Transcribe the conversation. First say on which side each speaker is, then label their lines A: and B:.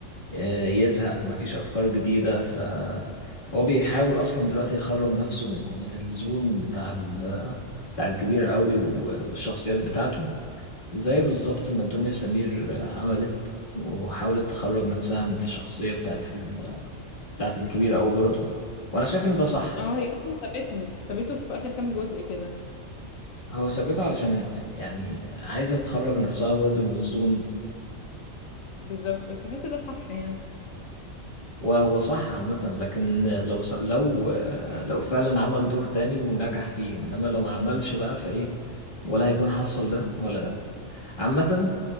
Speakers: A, on the left (about 40°); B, on the left (about 85°).
A: آه، يزهق مفيش أفكار جديدة ف فهو بيحاول أصلا دلوقتي يخرج نفسه من من الزون بتاع ال بتاع الكبير قوي و- والشخصيات بتاعته زي بالظبط ما دنيا سمير آه، عملت وحاولت تخرج نفسها من الشخصية بتاعت ال... بتاعت الكبير أوي برضه وأنا شايف إن ده صح
B: اه هي اصلا سابته سابته في اخر كام جزء كده
A: هو ثابته علشان يعني عايزة تخرج نفسها برضه من الزون دي
B: بالظبط بس بحس ده صح يعني
A: وهو صح عامة لكن لو ص... لو آه، لو فعلا عمل دور تاني ونجح فيه إنما لو ما عملش بقى فإيه ولا هيكون حصل ده ولا ده عامة